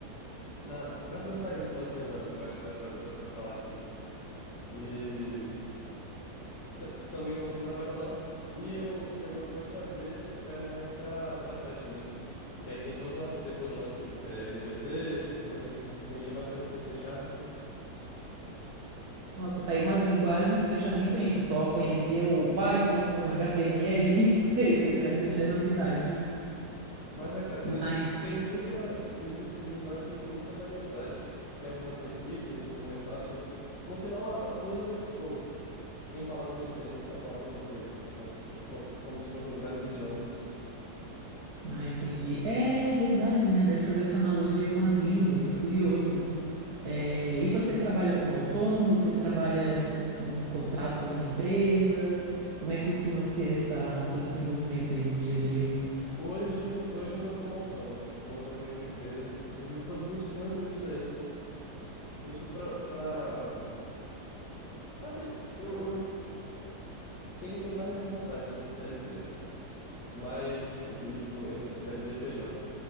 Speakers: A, on the left (about 90°); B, on the right (about 65°).
A: Dá, dá pra eu sair no final de semana. Eu acho que dá pra, dá pra falar assim. E t- também quando tem trabalho lá. E o que eu gosto mais de fazer é mais pra, pra site mesmo. Que aí tem toda uma arquitetura lá, tipo, que é MVC. Eu gosto de mex- mexer bastante com C Sharp.
B: Nossa, tá aí umas linguagens que eu já
A: <laughs>
B: nem conheço, só conhecia o Python, HTML, <laughs> isso aí pra
A: Sim.
B: mim já é novidade.
A: Mas é, cara, nesse,
B: Mas,
A: tipo, tem muita. Isso, isso de linguagem tem muita variedade. Tem algumas mais difíceis, outras mais fáceis. No final, a, a todas, tipo, tem palavras diferentes pra falar a mesma coisa. São, tipo, co- como se fossem vários idiomas.
B: ah, entendi. É verdade, né? Dá de fazer essa analogia com as línguas, curioso. É, e você trabalha como autônomo? Você trabalha com um contrato com alguma empresa? Como é que costuma ser essa teu desenvolvimento aí do dia a dia?
A: Hoje, hoje eu tô como autônomo, não tô com nenhuma empresa, inclusive tô buscando isso aí, justo pra, pra, pra ter, eu, eu, tem, tem várias desvantagens em ser CLT, né? Mas, e e, tipo, entre ser CLT e PJ.